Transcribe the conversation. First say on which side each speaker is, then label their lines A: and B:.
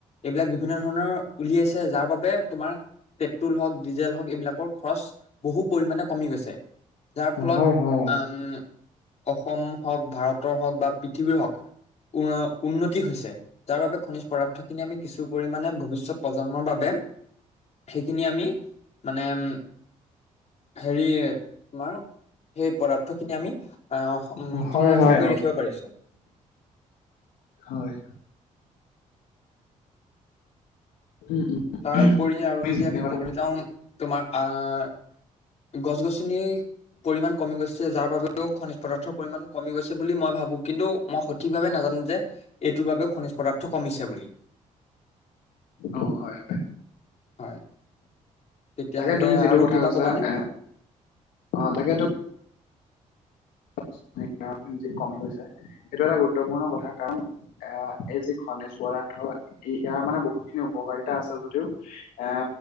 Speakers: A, on the left (about 50°); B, on the left (about 85°).
A: এইবিলাক বিভিন্ন ধৰণৰ উলিয়াইছে, যাৰ বাবে তোমাৰ পেট্ৰল হওক ডিজেল হওক এইবিলাকৰ খৰচ বহু পৰিমাণে কমি গৈছে। যাৰ ফলত
B: হয় হয়
A: আঁম অসম হওক ভাৰতৰ হওক বা পৃথিৱীৰ হওক উ উন্নতি হৈছে। যাৰ বাবে, খনিজ পদাৰ্থখিনি আমি কিছু পৰিমাণে ভৱিষ্যত প্ৰজন্মৰ বাবে সেইখিনি আমি মানে উম হেৰি তোমাৰ সেই পদাৰ্থ খিনি আমি আহ উম
B: অ হয়
A: সংৰক্ষণ
B: হয়
A: কৰি
B: অ
A: ৰাখিব পাৰি চোন
B: হয় উম উম
A: তাৰ উপৰি আৰু
B: তুমি
A: যদি
B: যিখিনি
A: আমি
B: কথা
A: ক'বলৈ যাওঁ তোমাৰ আহ গছ গছনি পৰিমাণ কমি গৈছে যাৰ বাবেও খনিজ পদাৰ্থৰ পৰিমাণ কমি গৈছে বুলি মই ভাবো কিন্তু মই সঠিকভাৱে নাজানো যে এইটোৰ বাবেও খনিজ পদাৰ্থ কমিছে বুলি
B: অ হয় হয়
A: হয় তেতিয়াহ'লে
B: তাকে তুমি যিটো
A: আৰু
B: কথা
A: কিবা
B: কৈছা
A: কবানে
B: এ অ তাকেইটো <unintelligible> কমি গৈছে সেইটো এটা গুৰুত্বপূৰ্ণ কথা কাৰণ এ এই যি খনিজ পদাৰ্থ ই ইয়াৰ মানে বহুত খিনি উপকাৰিতা আছে যদিও এ